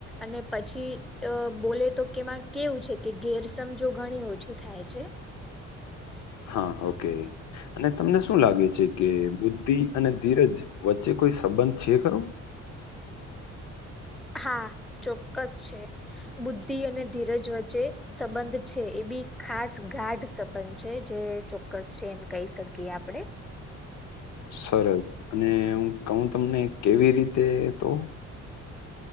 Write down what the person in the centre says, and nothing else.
અને પછી અ બોલે તો કેમાં કેવું છે કે ગેરસમજો ઘણી ઓછી થાય છે
હા ચોક્કસ છે બુદ્ધિ અને ધીરજ વચ્ચે સંબંધ છે એ બી ખાસ ગાઢ સંબંધ છે જે ચોક્કસ છે એમ કહી શકીએ આપણે